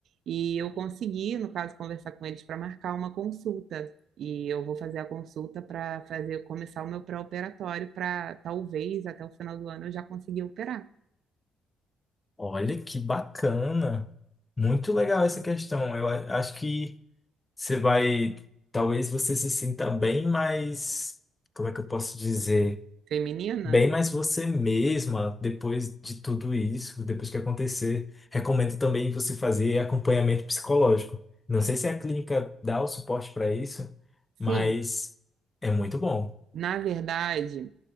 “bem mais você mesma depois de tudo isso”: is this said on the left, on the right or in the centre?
Left